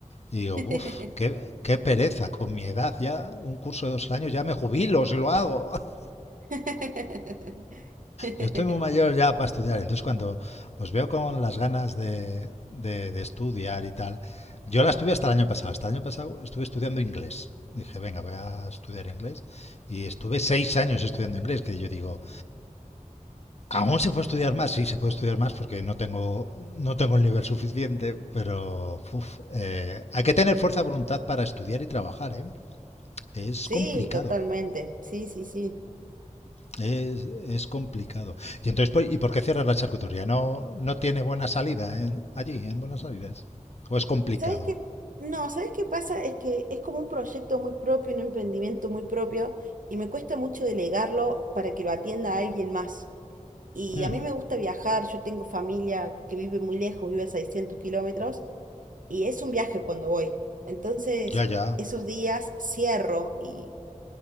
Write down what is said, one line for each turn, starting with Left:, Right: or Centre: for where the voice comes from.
Left: Y digo,
Right: <laughs>
Left: uff, qué, qué pereza, con mi edad ya, un curso de dos años ya me jubilo si lo hago. <laughs>
Right: <laughs>
Left: Yo estoy muy mayor ya para estudiar, entonces cuando os veo con las ganas de, de, de estudiar y tal, yo la estuve hasta el año pasado, hasta el año pasado estuve estudiando inglés. Dije, venga, voy a estudiar inglés. Y estuve seis años estudiando inglés, que yo digo, Aún se puede estudiar más, sí, se puede estudiar más porque no tengo, no tengo el nivel suficiente, pero uf, eh, hay que tener fuerza de voluntad para estudiar y trabajar, ¿eh? Es
Right: Sí,
Left: complicado,
Right: totalmente. Sí, sí, sí.
Left: es, es complicado. Y entonces, pues, ¿y por qué cierras la charcutería? ¿No, no tiene buena salida en- allí, en Buenos Aires? ¿O es complicado?
Right: ¿Sabes qué? No, ¿sabes qué pasa? Es que es como un proyecto muy propio, un emprendimiento muy propio, y me cuesta mucho delegarlo para que lo atienda a alguien más. Y
Left: Ujú,
Right: a mí me gusta viajar, yo tengo familia que vive muy lejos, vive a 600 kilómetros, y es un viaje cuando voy. Entonces,
Left: Ya, ya.
Right: esos días cierro y,